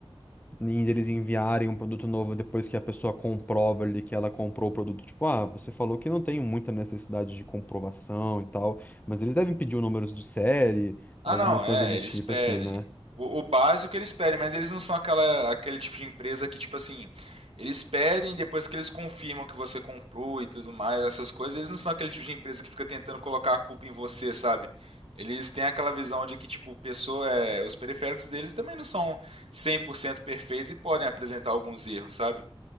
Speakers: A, on the left; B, on the right.
A: E eles enviarem um produto novo depois que a pessoa comprova ali que ela comprou o produto. Tipo, ah, você falou que não tem muita necessidade de comprovação e tal, mas eles devem pedir o número de série,
B: Ah,
A: alguma
B: não,
A: coisa
B: é,
A: do
B: eles
A: tipo
B: pedem.
A: assim, né?
B: O, o básico eles pedem, mas eles não são aquela, aquele tipo de empresa que, tipo assim, eles pedem depois que eles confirmam que você comprou e tudo mais, essas coisas, eles não são aquele tipo de empresa que fica tentando colocar a culpa em você, sabe? Eles têm aquela visão de que, tipo, pessoa, é, os periféricos deles também não são 100% perfeitos e podem apresentar alguns erros, sabe?